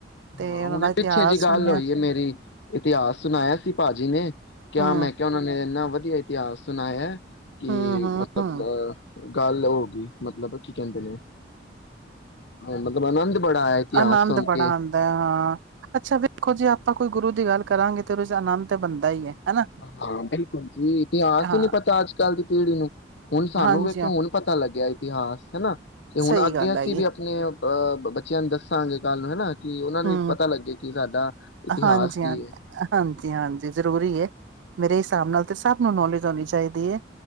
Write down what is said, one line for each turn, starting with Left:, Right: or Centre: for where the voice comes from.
Right: ਤੇ
Left: ਹਾਂ
Right: ਉਹਨਾਂ
Left: ਹੁਣੇ
Right: ਦਾ ਇਤਿਹਾਸ
Left: ਪਿੱਛੇ ਜਿਹੀ ਗੱਲ
Right: ਸੁਣਨੇ
Left: ਹੋਈ
Right: ਆ
Left: ਹੈ, ਮੇਰੀ ਇਤਿਹਾਸ ਸੁਣਾਇਆ ਸੀ, ਭਾਜੀ ਨੇ ਕਿਆ
Right: ਹਮ
Left: ਮੈਂ ਕਿਹਾ ਉਹਨਾਂ ਨੇ ਇਹਨਾਂ। ਵਧੀਆ ਇਤਿਹਾਸ ਸੁਣਾਇਆ। ਕੀ
Right: ਹਮ
Left: ਮਤਲਬ
Right: ਹਮ
Left: ਅ ਗੱਲ ਹੋ ਗਈ ਮਤਲਬ ਕੀ ਕਹਿੰਦੇ ਨੇ ਮਤਲਬ ਆਨੰਦ ਬੜਾ ਆਇਆ ਇਤਿਹਾਸ
Right: ਆਨੰਦ
Left: ਸੁਣਕੇ।
Right: ਬੜਾ ਆਉਂਦਾ ਹੈ। ਹਾਂ ਅੱਛਾ, ਵੇਖੋ ਜੇ ਆਪਾਂ ਕੋਈ। ਗੁਰੂ ਦੀ ਗੱਲ ਕਰਾਂਗੇ, ਤੇ ਰੋਜਾਨਾ ਆਨੰਦ ਤੇ ਬਣਦਾ ਹੀ ਹੈ। ਹਨਾ
Left: ਹਾਂ, ਬਿਲਕੁਲ ਜੀ ਇਤਿਹਾਸ
Right: ਹਾਂ
Left: ਹੀ ਨੀ ਪਤਾ ਅੱਜ ਕੱਲ ਦੀ ਕਿੜੀ ਨੂੰ, ਹੁਣ ਸਾਨੂੰ
Right: ਹਾਂਜੀ
Left: ਵੇਖੋ
Right: ਹਾਂ
Left: ਹੁਣ ਪਤਾ ਲੱਗਿਆ ਐ। ਤਿਹਾਸ ਹਨਾ। ਤੇ ਹੁਣ
Right: ਸਹੀ
Left: ਅੱਗੇ
Right: ਗੱਲ
Left: ਅਸੀਂ
Right: ਹੈਗੀ
Left: ਵੀ ਆਪਣੇ ਅ ਬੱਚਿਆਂ ਨੂੰ ਦੱਸਾਂਗੇ ਕੱਲ ਹਨਾ। ਕਿ ਉਹਨਾਂ ਨੂੰ
Right: ਹਮ
Left: ਵੀ ਪਤਾ ਲੱਗੇ ਕਿ ਸਾਡਾ ਇਤਿਹਾਸ
Right: ਹਾਂਜੀ
Left: ਕੀ
Right: ਹਾਂ
Left: ਹੈ।
Right: ਹਾਂਜੀ ਹਾਂਜੀ ਜ਼ਰੂਰੀ ਹੈ ਮੇਰੇ ਹਿਸਾਬ ਨਾਲ ਤੇ ਸਭ ਨੂੰ ਨੌਲੇਜ ਹੋਣੀ ਚਾਹੀਦੀ ਹੈ।